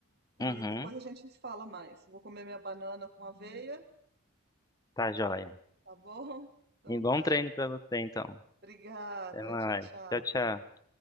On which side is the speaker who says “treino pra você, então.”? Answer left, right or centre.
Left